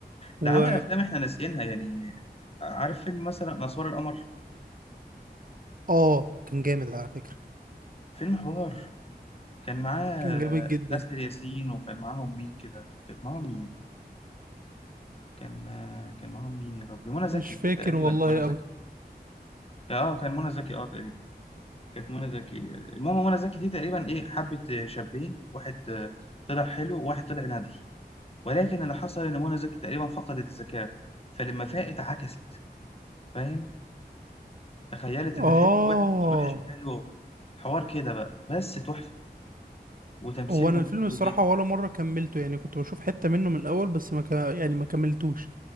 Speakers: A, on the right (about 55°); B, on the left (about 35°).
A: و
B: ده عمل افلام احنا ناسيينها يعني عارف فيلم مثلا اسوار القمر
A: اه كان جامد على فكرة
B: فيلم حوار كان معاه
A: كان جامد جدا
B: آسر ياسين وكان معاهم مين كده كان معاهم مين كان آه، كان معاهم مين يا ربي منى زكي
A: مش فاكر
B: تقريبا
A: والله
B: منى زكي
A: قوي
B: اه كان منى زكي اه تقريبا كانت منى زكي المهم منى زكي دي تقريبا ايه حبت آه، شابين واحد آه، طلع حلو وواحد طلع ندل ولكن اللي حصل ان منى زكي تقريبا فقدت الذكاء فلما فاقت عكست فاهم تخيلت ان
A: اه
B: الحلو وحش والوحش حلو حوار كده بقى بس تحفة وتمثيلهم
A: هو انا الفيلم
B: حلو
A: الصراحه
B: جدا
A: ولا مره كملته يعني كنت بشوف حته منه من الاول بس ما ك... يعني ما كملتوش